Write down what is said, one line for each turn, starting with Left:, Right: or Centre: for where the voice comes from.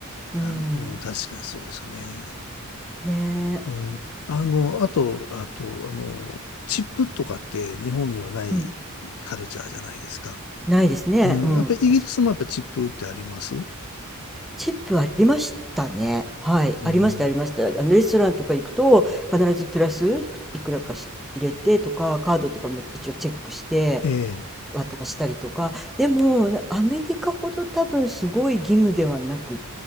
Centre: うん。
Left: あ、うん、確かにそうですよね。
Centre: ねえ。
Left: うん、あの、あと、あと、あの、チップとかって日本にはないカルチャーじゃないですか。
Centre: うん。ないですね。
Left: うん、
Centre: うん、
Left: やっぱりイギリスもやっぱチップってあります
Centre: 確かに。チップありましたね。はい。
Left: うん、
Centre: ありました、ありました。あの、レストランとか行くと、必ずプラスいくいくらかし入れてとか、カードとかも一応チェックして
Left: ええ、
Centre: 渡したりとか。でも、アメリカほど多分すごい義務ではなく、